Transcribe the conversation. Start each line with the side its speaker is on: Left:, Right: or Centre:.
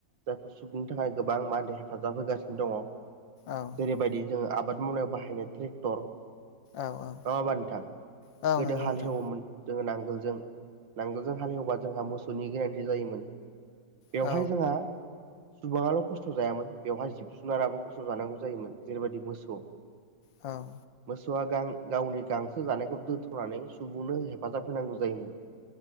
Right: जायखौ सुबुंनि थाखाय गोबां मादो हेफाजाब होगासिनो दंङ
Left: औ
Right: जेरैबायदि जोंङो आबाद मावनायाव बाहायनाय ट्रेक्टर
Left: औ औ
Right: नंङा होमबा नोंथां
Left: औ
Right: गोदो
Left: नंगौ
Right: हाल
Left: नोंथां
Right: हेवोमोन जोंङो नांगोलजों नांगोलजों हालेवबा जोंहा मोसौनि गोनांथि जायोमोन बेवहाय
Left: औ
Right: जोंहा सुबुंङाल' खस्थ' जायामोन बेवहाय जिब जुनाराबो खस्थ' जानांगौ जायोमोन जेरैबायदि मोसौ
Left: औ
Right: मोसौआ गां गावनि गांसो जानायखौ दोनथ'नानै सुबुंनो हेफाजाब होनांगौ जायोमोन